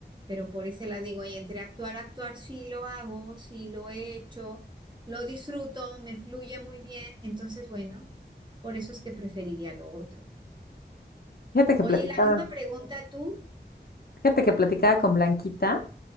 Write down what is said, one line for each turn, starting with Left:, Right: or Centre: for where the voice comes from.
Right: pero por eso la digo, y entre actuar, actuar sí lo hago, sí lo he hecho, lo disfruto, me fluye muy bien. Entonces, bueno, por eso es que preferiría lo otro.
Left: Fíjate que
Right: Oye,
Left: platicaba,
Right: y la misma pregunta tú.
Left: fíjate que platicaba con Blanquita.